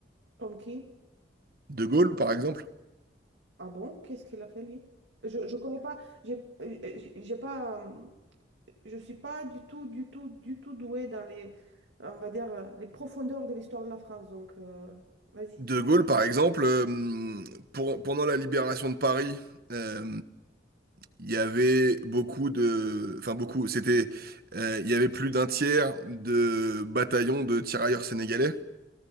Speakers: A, on the right; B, on the right.
A: Comme qui?
B: De Gaulle, par exemple.
A: Ah bon? Qu'est-ce qu'il a fait lui? Je, je connais pas, j'ai euh, j'ai j'ai pas, euh, je suis pas du tout, du tout, du tout douée dans les, on va dire, euh, les profondeurs de l'histoire de la France. Donc, euh, vas-y.
B: De Gaulle, par exemple, euh, pour- pendant la libération de Paris, euh, il y avait beaucoup de, enfin beaucoup, c'était, euh, il y avait plus d'un tiers de bataillons de tirailleurs sénégalais